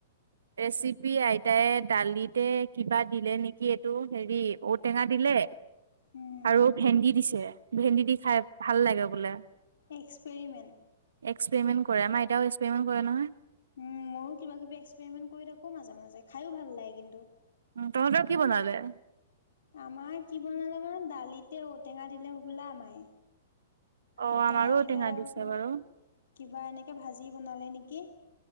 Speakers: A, on the right (about 80°); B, on the left (about 75°).
A: ৰেচিপি আইতাইে দালিতে কিবা দিলে নেকি এইটো হেৰি ঔটেঙা দিলে।
B: উম
A: আৰু ভেন্দি দিছে ভেন্দি দি খাই ভাল লাগে বোলে।
B: এক্সপেৰিমেণ্ট
A: এক্ পে'মেট কৰে আম এয়াও এক্সেমেট কৰে নহয়
B: উ ময়ো কিবা কিবি এক্সপেৰিমেন্ট কৰি থাকো মাজে মাজে খাইও ভাল লাগে কিন্তু
A: উম তহঁতৰ কি বনালে
B: আমাৰ কি বনালা মানে দালিতে ঔটেঙা দিলে হবলা মাই।
A: অ
B: ঔটেঙা
A: আমাৰো
B: দিলে আৰু
A: দিছে
B: কিবা
A: বাৰু
B: কিবা এনে। ভাজি বনালে নেকি।